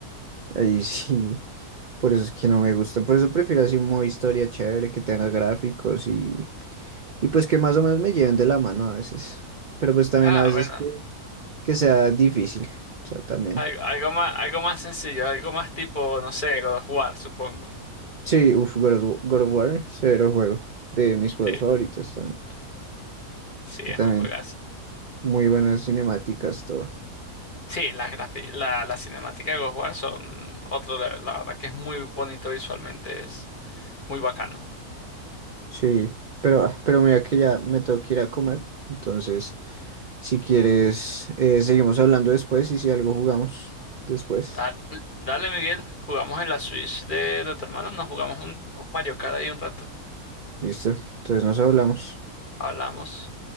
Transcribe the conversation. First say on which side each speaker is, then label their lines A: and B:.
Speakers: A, on the right; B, on the left.
A: ahí <laughs> sí. Por eso es que no me gusta. Por eso prefiero así un modo historia chévere que tenga gráficos y, Y pues que más o menos me lleven de la mano a veces. Pero pues también
B: Ah,
A: a veces
B: bueno,
A: que, que sea difícil. O sea, también.
B: algo, algo más, algo más sencillo, algo más tipo, no sé, God of War, supongo.
A: Sí, uff, God of, Wa- God of War, severo juego. De mis juegos
B: Sí,
A: favoritos también.
B: sí,
A: Es que
B: es
A: también
B: un juegazo.
A: muy buenas cinemáticas, todo.
B: Sí, las grafi- la, la cinemática de God of War son otro, level, la verdad que es muy bonito visualmente, es muy bacano.
A: Sí, pero, ah, pero mira que ya me tengo que ir a comer. Entonces, si quieres, eh, seguimos hablando después y si algo jugamos después.
B: Dale, dale, Miguel, jugamos en la Switch de, de tu hermano, nos jugamos un, un Mario Kart ahí un rato.
A: Listo. Entonces nos hablamos.
B: Hablamos.